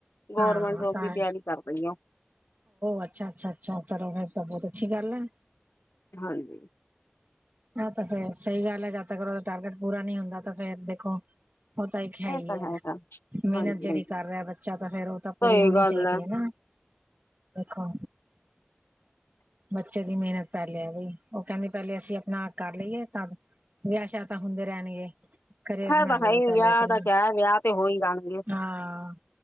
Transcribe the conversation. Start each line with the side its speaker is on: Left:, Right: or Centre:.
Left: ਗੌਰਮੈਂਟ
Right: ਹਾਂ
Left: ਜੋਬ
Right: ਤਾਂ
Left: ਦੀ ਤਿਆਰੀ ਕਰ ਰਹੀ ਆ।
Right: ਅੱਛਾ, ਅੱਛਾ, ਅੱਛਾ ਚਲੋ ਤਾਂ ਬਹੁਤ ਅੱਛੀ ਗੱਲ ਆ ਹੈ।
Left: ਹਾਂਜੀ।
Right: ਹ ਤਾਂ ਫੇਰ ਸਹੀ ਗੱਲ ਹੈ। ਜਦ ਤੱਕਦਾ ਟਾਰਗੇਟ ਪੂਰਾ ਨਹੀਂ ਹੁੰਦਾ ਤਾਂ ਫੇਰ ਦੇਖੋ ਉਹ ਤਾਂ ਇੱਕ
Left: ਇਹ
Right: ਹੈ ਹੀ
Left: ਤਾਂ
Right: ਹੈ।
Left: ਤਾਂ
Right: ਮਿਹਨਤ
Left: ਹਾਂਜੀ
Right: ਜਿਹੜੀ
Left: ਹਾਂਜੀ
Right: ਕਰ ਰਿਹਾ ਬੱਚਾ ਤਾਂ ਫੇਰ ਉਹ ਤਾਂ ਪੂਰੀ
Left: ਸਹੀ
Right: ਹੋਣੀ
Left: ਗੱਲ
Right: ਚਾਹੀਦੀ ਹੈ ਨਾ ਦੇਖੋ। ਬੱਚੇ ਦੀ ਮਿਹਨਤ ਪੈ ਲਿਆ ਵੀ ਉਹ ਕਹਿੰਦੀ ਪਹਿਲੇ ਅਸੀਂ ਆਪਣਾ ਕਰ ਲਈਏ ਤਾਂ ਵਿਆਹ ਸ਼ਾਹ ਤਾਂ ਹੁੰਦੇ ਰਹਿਣਗੇ। ਕਰੀਅਰ
Left: ਹੈ
Right: ਬਣਾ
Left: ਤਾਂ
Right: ਲਈ
Left: ਹੈ ਹੀ
Right: ਪਹਲੇ
Left: ਵਿਆਹ
Right: ਆਪਣਾ
Left: ਦਾ ਕਿਆ ਹੈ, ਵਿਆਹ ਤੇ ਹੋ ਹੀ ਜਾਣਗੇ
Right: ਹਾਂ